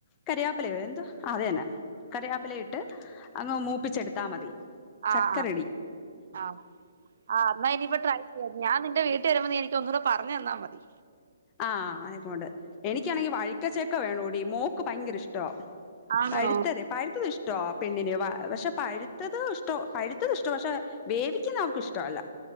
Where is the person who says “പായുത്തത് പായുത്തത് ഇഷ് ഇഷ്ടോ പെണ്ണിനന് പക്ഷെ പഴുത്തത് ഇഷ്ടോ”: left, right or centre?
Left